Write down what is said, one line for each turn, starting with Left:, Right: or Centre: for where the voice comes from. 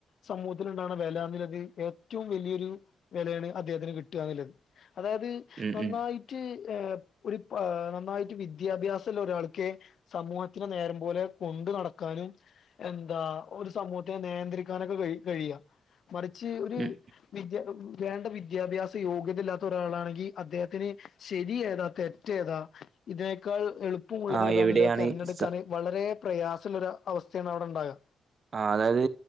Left: സമൂഹത്തിലുണ്ടാക്ണ വില എന്നുള്ളത് ഏറ്റവും വലിയൊരു വെ ലയാണ് അദ്ദേഹത്തിന് കിട്ട്ക എന്നുള്ളത് അതായത്
Right: ഉം
Left: നന്നായിട്ട്
Right: ഉം
Left: ഏഹ് ഒരു നന്നായിട്ട് വിദ്യാഭ്യാസല്ല ഒരാൾക്ക് ക്കെ സമൂഹത്തിന് നേരം പോലെ കൊണ്ടു നടക്കാനും എന്താ ഒരു സമൂഹത്തെ നിയന്ത്രിക്കാനൊക്കെ കഴ കഴിയാ മറിച്ച് ഒരു
Right: ഉം.
Left: വിദ്യ വേണ്ട വിദ്യാഭ്യാസ യോഗ്യതയില്ലാത്ത ഒരാളാണെങ്കിൽ അദ്ദേഹത്തിന് ശരിഏതാ തെറ്റേതാ ഇതിനേക്കാൾ എളുപ്പമുള്ളത്
Right: ആഹ്
Left: ഏതാണുള്ളത്
Right: എവിടെയാണ്
Left: തിരഞ്ഞെടുക്കാൻ
Right: സ
Left: വളരെ പ്രയാസള്ളൊരു അവസ്ഥയാണ് അവിടെ ഉണ്ടാകുക.
Right: ആ അതായത്